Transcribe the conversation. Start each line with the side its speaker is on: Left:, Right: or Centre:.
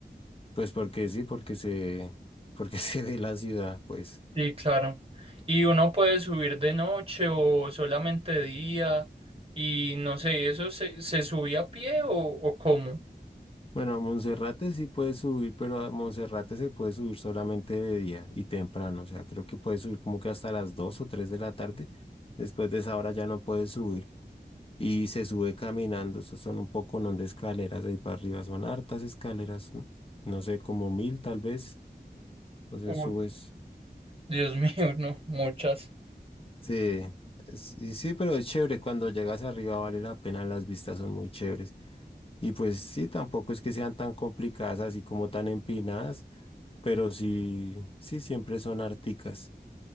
Left: Pues porque sí, porque se, porque <laughs> se ve la ciudad, pues.
Right: Sí, claro. Y uno puede subir de noche o solamente de día. Y no sé, ¿eso se, se subía a pie o, o cómo?
Left: Bueno, a Monserrate sí puedes subir, pero a Monserrate se puede subir solamente de día y temprano. O sea, creo que puedes subir como que hasta las 2 o 3 de la tarde. Después de esa hora ya no puedes subir. Y se sube caminando. Eso son un poco, no de escaleras ahí para arriba. Son hartas escaleras. ¿no? no sé, como mil tal vez. Entonces
Right: Uy,
Left: subes.
Right: Dios <laughs> mío, no, muchas.
Left: Sí, sí, sí, pero es chévere. Cuando llegas arriba vale la pena. Las vistas son muy chéveres. Y pues sí, tampoco es que sean tan complicadas así como tan empinadas, pero sí, sí, siempre son articas.